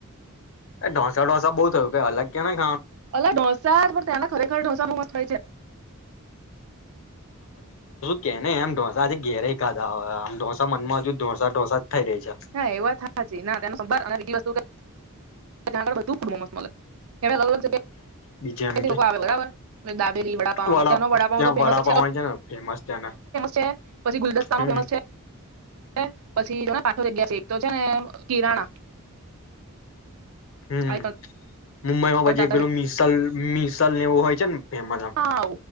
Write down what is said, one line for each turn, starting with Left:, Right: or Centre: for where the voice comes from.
Left: એ ઢોસા લોસા બઉ થયું કઈ અલગ કેનાય.
Right: અલા ઢોંસા જ પણ ત્યાંના ખરેખર ઢોસા બો મસ્ત હોય છે.
Left: કેને એમ ઢોસા આજે ઘેરેય ખાધા હો આમ ઢોસા મનમાં અજુ ઢોસા ઢોસા થઈ રહી છે.
Right: હા એ વાત હાચી ના તેનો સંભાર અને બીજી વસ્તુ કે ત્યાં આગળ બધું બો મસ્ત મલે. <unintelligible>
Left: બીજે એમ કે
Right: આવે બરાબર દાબેલી વડાપાવ
Left: વડા
Right: ત્યાનો વડાપાવ
Left: ત્યાં
Right: તો ફેમસ
Left: વડાપાવ
Right: જ
Left: હોય છે ને ફેમસ ત્યાંના
Right: છે <unintelligible> પછી ગુલદસ્તા
Left: હમ
Right: નો ફેમસ છે. <unintelligible> <unintelligible> જગ્યા છે એક તો છે ને કિરાણા.
Left: હમ્મ.
Right: આ ત્રણ
Left: મુંબઈમાં પછી
Right: ટાટા
Left: એક પેલું મિસલ મિસલ એવું હોય છે ને ફેમસ
Right: પાવ
Left: આમ.